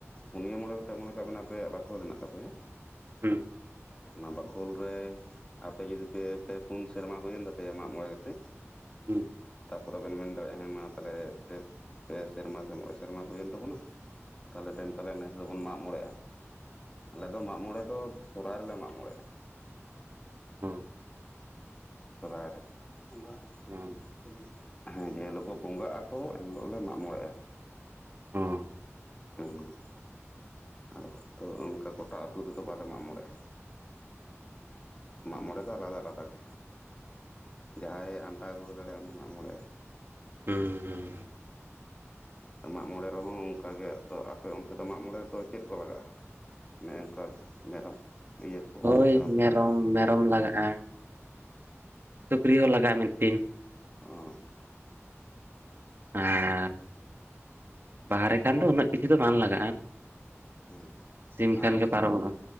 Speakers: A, on the left; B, on the right.
A: ᱯᱩᱱᱭᱟᱹ ᱢᱚᱬᱮ ᱜᱚᱴᱮᱡ ᱢᱚᱱᱮ ᱠᱟᱜ ᱵᱮᱱ ᱟᱯᱮᱭᱟᱜ ᱵᱟᱠᱷᱳᱞ ᱢᱮᱱᱟᱜ ᱛᱟᱯᱮᱭᱟ,
B: ᱦᱮᱸ
A: ᱚᱱᱟ ᱵᱟᱠᱷᱳᱞ ᱨᱮ ᱟᱯᱮ ᱡᱩᱚᱫᱤ ᱯᱮ ᱯᱮ ᱯᱩᱱ ᱥᱮᱨᱢᱟ ᱦᱩᱭᱮᱱ ᱛᱟᱯᱮᱭᱟ ᱢᱟᱜᱽ ᱢᱚᱬᱮ ᱠᱟᱛᱮᱜ
B: ᱦᱮᱸ
A: ᱛᱟᱯᱚᱨᱮ ᱵᱮᱱ ᱢᱮᱱ ᱫᱟᱲᱮᱭᱟᱜᱼᱟ, ᱦᱮᱸ ᱢᱟ ᱛᱟᱦᱚᱞᱮ ᱯᱮ ᱥᱮᱨᱢᱟ ᱥᱮ ᱢᱚᱬᱮ ᱥᱮᱨᱢᱟ ᱦᱩᱭᱮᱱ ᱛᱟᱵᱚᱱᱟ ᱛᱟᱦᱚᱞᱮ ᱫᱮᱱ ᱛᱟᱦᱚᱞᱮ ᱱᱮᱥ ᱫᱚᱵᱚᱱ ᱢᱟᱜᱽ ᱢᱚᱬᱮᱜᱭᱟ᱾ ᱟᱞᱮ ᱫᱚ ᱢᱟᱜᱽ ᱢᱚᱬᱮ ᱫᱚ ᱥᱚᱦᱚᱨᱟᱭ ᱨᱮᱞᱮ ᱢᱟᱜᱽ ᱢᱚᱬᱮᱜᱼᱟ᱾
B: <unintelligible>
A: ᱥᱚᱨᱦᱟᱭ ᱨᱮ, ᱵᱚᱸᱜᱟ
B: ᱦᱚᱸ
A: ᱵᱚᱸᱜᱟ᱾ ᱦᱮᱸ ᱡᱮ ᱦᱤᱞᱳᱜ ᱵᱚᱸᱜᱟᱜ ᱟᱠᱚ ᱮᱱᱦᱤᱞᱳᱜ ᱞᱮ ᱢᱟᱜᱽ ᱢᱚᱬᱮᱜᱼᱟ᱾
B: ᱦᱚᱸ
A: <unintelligible> ᱟᱞᱮ ᱥᱮᱫ ᱫᱚ ᱚᱱᱠᱟ ᱜᱚᱴᱟ ᱟᱹᱛᱩ ᱛᱮᱫᱚ ᱵᱟᱞᱮ ᱢᱟᱜᱽ ᱢᱚᱬᱮᱜᱼᱟ ᱢᱟᱜ ᱢᱚᱬᱮ ᱫᱚ ᱟᱞᱟᱫᱟ ᱟᱞᱟᱫᱟ ᱜᱮ ᱡᱟᱦᱟᱸᱭᱮ ᱟᱱᱴᱟᱣ ᱜᱩᱨᱟᱹ ᱫᱟᱲᱮᱭᱟᱜᱟᱭ ᱩᱱᱤ ᱢᱟᱜ ᱢᱚᱬᱮ ᱟᱭ
B: ᱦᱩᱸ ᱦᱩᱸ
A: ᱢᱟᱜᱽ ᱢᱚᱬᱮ ᱨᱮᱦᱚᱸ ᱚᱱᱠᱟ ᱜᱮ ᱟᱯᱮ ᱚᱱᱛᱮ ᱫᱚ ᱢᱟᱜ ᱢᱚᱬᱮ ᱨᱮᱫᱚ ᱪᱮᱫ ᱠᱚ ᱞᱟᱜᱟᱜᱼᱟ᱾ <unintelligible> ᱢᱮᱨᱚᱢ ᱤᱭᱟᱹ ᱠᱚ
B: ᱦᱳᱭ
A: ᱢᱮᱨᱚᱢ ᱠᱚᱠᱚ
B: ᱢᱮᱨᱚᱢ ᱞᱟᱜᱟᱜᱼᱟ ᱥᱩᱠᱨᱤ ᱦᱚᱸ ᱞᱟᱜᱟᱜᱼᱟ ᱢᱤᱫᱴᱤᱱ
A: ᱚᱸ
B: ᱟᱨ ᱵᱟᱦᱮ ᱨᱮᱠᱷᱟᱱ ᱫᱚ ᱩᱱᱟᱹᱜ ᱠᱤᱪᱷᱩ ᱫᱚ ᱵᱟᱝ ᱞᱟᱜᱟᱜᱼᱟ᱾
A: ᱦᱮᱸ
B: ᱥᱤᱢ
A: ᱟᱞᱮ
B: ᱠᱷᱟᱱ ᱜᱮ ᱯᱟᱨᱚᱢᱚᱜᱼᱟ